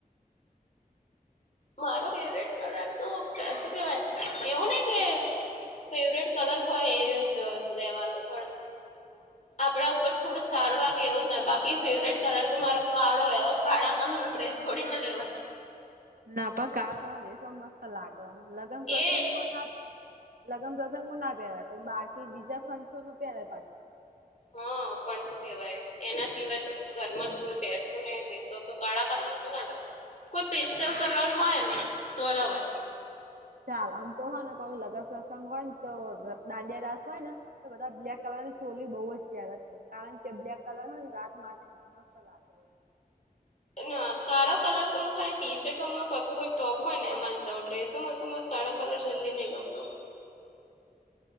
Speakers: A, on the left; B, on the right.
A: મારો ફેવરીટ કલર તો શું કેવાય, એવું ને કે ફેવરિટ કલર હોય, એજ લેવાનું પણ
B: હું.
A: આપડા ઉપર થોડું સારું લાગે એવું જ ને બાકી ફેવરિટ કલર તો મારો કાળો એવો. કાળા કલર નો ડ્રેસ થોડી ના લેવાય.
B: ના પણ કાળો દસ મસ્ત લાગ લગ્ન પ્રસંગ
A: એ
B: માં ના લગ્ન પ્રસંગમાં ના પહેરાય પણ બાકી બીજા ફંસો પહેરાય પાછો. <inaudible>
A: હા પણ શું કેવાય એના સિવાય તો ઘરમાં તો કોઈ પહેરતું નહીં ડ્રેસો તો કાળા કલર નાતું ના લવ. કોઈ પેસ્ટલ કલર હોય ને તો લેવાય.
B: ચાલ આમ તો હો ને કોઈક લગન પ્રસંગ હોય ને તો દાંડિયા રાસ હોય ને તો બધા બ્લેક કલર ની ચોલી બહુ જ પેરે છે, કારણ કે બ્લેક કલરને રાત માટે મસ્ત લાગે.
A: ના કાળો કલર તો ખાલી ટી શર્ટમાં કરતું હોય, કોઈ ટોપ હોય ને એમાં જ લઉ ડ્રેસોમાં તો કાળો કલર જલ્દી નહીં ગમતો.